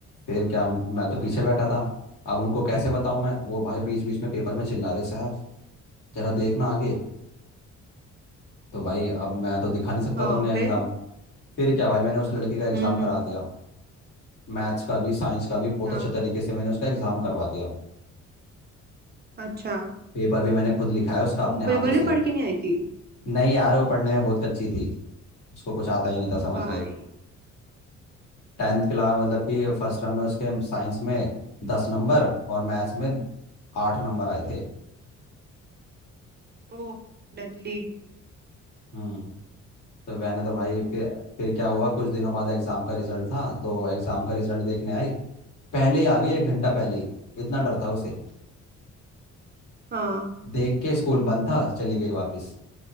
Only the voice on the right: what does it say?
हाँ
फिर
हम्म हम्म,
अच्छा
अच्छा
वो बिल्कुल
नहीं
पढ़ के नहीं आई थी
भाई
ओ डडली
हाँ